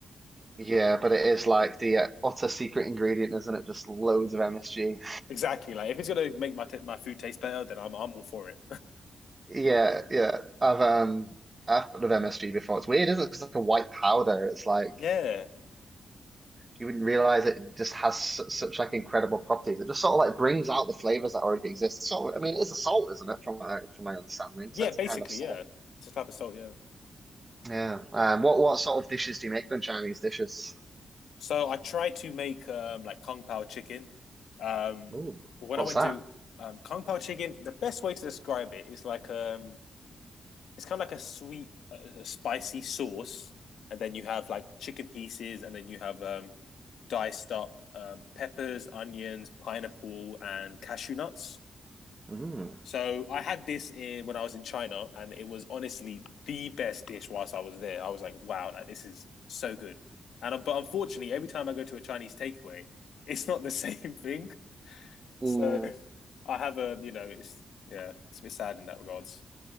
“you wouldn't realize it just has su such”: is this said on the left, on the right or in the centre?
Right